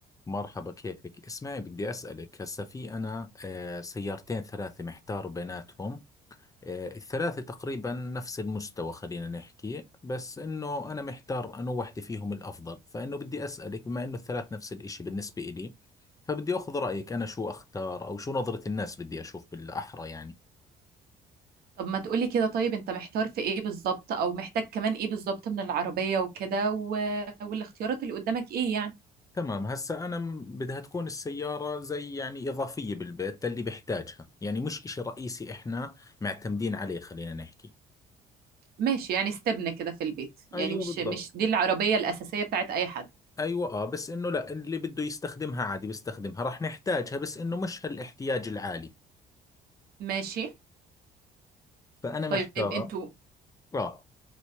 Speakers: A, on the left; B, on the right.
A: مرحبا كيفك اسمعي بدي أسألك هسا في أنا آه، سيارتين ثلاثة محتار بيناتهم آه، الثلاثة تقريبا نفس المستوى خلينا نحكي بس إنه أنا محتار أنو وحدة فيهم الأفضل فإنه بدي أسألك بما إنه الثلاث نفس الإشي بالنسبة إلي فبدي أخذ رأيك أنا شو أختار أو شو نظرة الناس بدي أشوف بالأحرى يعني
B: طب ما تقولي كده طيب انت محتار في ايه بالظبط او محتاج كمان ايه بالظبط من العربية وكده و... والاختيارات اللي قدامك ايه يعني
A: تمام هسا أنا م- بدها تكون السيارة زي يعني إضافية بالبيت اللي بحتاجها يعني مش إشي رئيسي إحنا معتمدين عليه خلينا نحكي
B: ماشي يعني استبنى كده في البيت يعني
A: ايوه
B: مش
A: بالضبط
B: مش دي العربية الأساسية بتاعت أي حد
A: ايوه اه بس انه لا اللي بده يستخدمها عادي بيستخدمها راح نحتاجها بس انه مش هالاحتياج العالي
B: ماشي
A: فانا محتار
B: طيب انتوا
A: اه